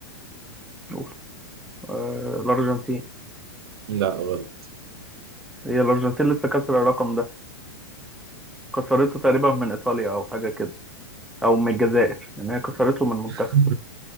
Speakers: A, in the centre; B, on the right.
A: شوف آه، الارجنتين
B: لا غلط
A: هي الارجنتين لسه كسر الرقم ده كسرته تقريبا من ايطاليا او حاجه كده او من الجزائر يعني هي كسرته من منتخب
B: <laughs>